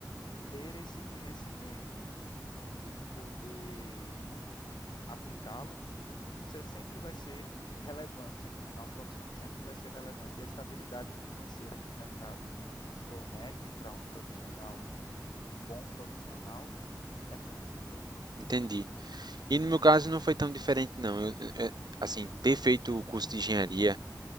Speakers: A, on the left; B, on the right.
A: ter esse conhecimento e poder aplicá-lo, tipo, você sempre vai ser relevante. É uma profissão que sempre vai ser relevante. E a estabilidade financeira que o mercado promete para um profissional, um bom profissional, é muito boa.
B: Entendi. E no meu caso não foi tão diferente, não. Eu, eu- assim, ter feito o curso de engenharia,